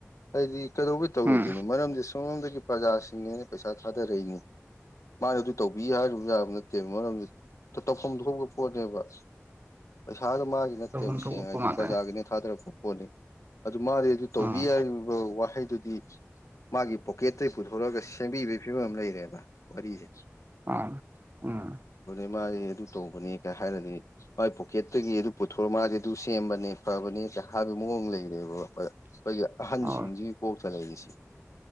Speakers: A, on the left; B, on the right.
A: ꯍꯥꯏꯗꯤ ꯀꯩꯗꯧꯕꯩ ꯇꯧꯔꯣꯢꯗꯣꯏꯅꯣ
B: ꯎꯝ
A: ꯃꯔꯝꯗꯤ ꯁꯣꯝꯂꯣꯝꯗꯒꯤ ꯄ꯭ꯔꯖꯥꯁꯤꯡꯅ ꯄꯩꯁꯥ ꯊꯥꯗꯔꯛꯏꯅꯤ ꯃꯥꯢ ꯑꯗꯨ ꯇꯧꯕꯤ ꯍꯥꯏꯔꯨ ꯌꯥꯕ ꯅꯠꯇꯦ ꯃꯔꯝꯗꯤ ꯇ ꯇꯧꯐꯝ ꯊꯣꯛꯄ ꯄꯣꯠꯅꯦꯕ ꯄꯩꯁꯥꯗꯣ ꯃꯥꯒꯤ ꯅꯠꯇꯦꯕ
B: ꯇꯧꯐꯝ
A: ꯁꯦꯡꯅ
B: ꯊꯣꯛꯄ
A: ꯍꯥꯏꯗꯤ
B: ꯉꯥꯛꯇꯅꯦ
A: ꯄ꯭ꯔꯖꯥꯒꯤꯅꯦ ꯊꯥꯗꯔꯛꯄ ꯄꯣꯠꯅꯤ ꯑꯗꯨ ꯃꯥꯗꯤ ꯗꯨ ꯇꯧꯕꯤ
B: ꯎꯝ
A: ꯍꯥꯢꯕ ꯋꯥꯍꯩꯗꯨꯗꯤ ꯃꯥꯒꯤ ꯄꯣꯀꯦꯠꯇꯩ ꯄꯨꯊꯣꯔꯑꯒ ꯁꯦꯝꯕꯤꯕꯩ ꯐꯤꯕꯝ ꯑꯝ ꯂꯩꯔꯦꯕ ꯋꯥꯔꯤꯁꯦ
B: ꯃꯥꯅꯤ ꯎꯝ
A: ꯃꯥꯗꯏ ꯑꯗꯨ ꯇꯧꯕꯅꯦ ꯀ ꯍꯥꯏꯔꯗꯤ ꯃꯥꯢ ꯄꯣꯀꯦꯠꯇꯒꯤ ꯑꯗꯨ ꯄꯨꯊꯣꯔ ꯃꯥꯖꯦ ꯑꯗꯨ ꯁꯦꯝꯕꯅꯦ ꯐꯕꯅꯦ ꯀ ꯍꯥꯢꯕ ꯃꯑꯣꯡ ꯂꯩꯔꯦꯕ ꯈꯣꯏꯒꯤ ꯑꯍꯟꯁꯤꯡꯁꯤꯒꯤ
B: ꯍꯣꯏ
A: ꯀꯣꯛꯇ ꯂꯩꯔꯤꯁꯤ